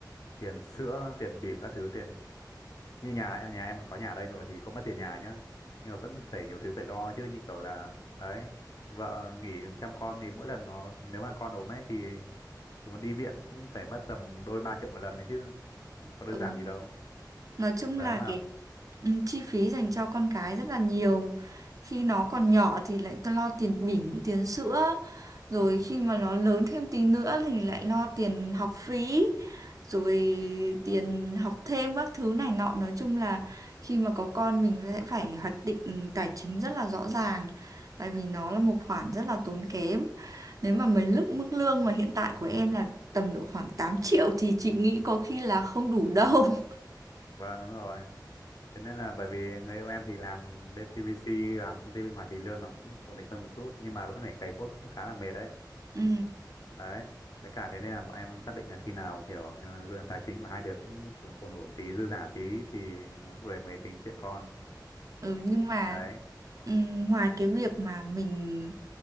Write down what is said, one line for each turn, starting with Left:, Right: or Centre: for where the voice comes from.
Left: tiền sữa tiền bỉm các thứ tiền như nhà nhà em mà có nhà ở đây rồi thì không mất tiền nhà nhá nhưng mà vẫn phải nhiều thứ phải lo chứ như kiểu là đấy vợ nghỉ chăm con thì mỗi lần nó nếu mà con ốm ấy thì chúng nó đi viện cũng phải mất tầm đôi ba triệu một lần đấy chứ có đơn
Right: ừ.
Left: giản gì đâu
Right: nói chung
Left: đấy
Right: là
Left: mà
Right: cái ừ, chi phí dành cho con cái rất là nhiều khi nó còn nhỏ thì lại ta lo tiền bỉm tiền sữa rồi khi mà nó lớn thêm tí nữa thì lại lo tiền học phí rồi tiền học thêm các thứ này nọ nói chung là khi mà có con mình sẽ phải hoạch định ừ, tài chính rất là rõ ràng tại vì nó là một khoản rất là tốn kém nếu mà mấy lúc mức lương mà hiện tại của em là tầm độ khoảng 8 triệu thì chị nghĩ có khi là không đủ đâu <laughs>
Left: vâng đúng rồi thế nên là bởi vì người yêu em thì làm bên TVC làm công ty bên ngoài thì lương nó cũng ổn định hơn một chút nhưng mà vẫn phải cày cuốc khá là mệt đấy
Right: ừ
Left: đấy với cả thế nên là bọn em xác định là khi nào kiểu như là lương tài chính của hai đứa cũng ổn ổn ổn tí dư giả tí thì mỗi người mới tính chuyện con
Right: Ừ, nhưng mà
Left: đấy
Right: ừm, ngoài cái việc mà mình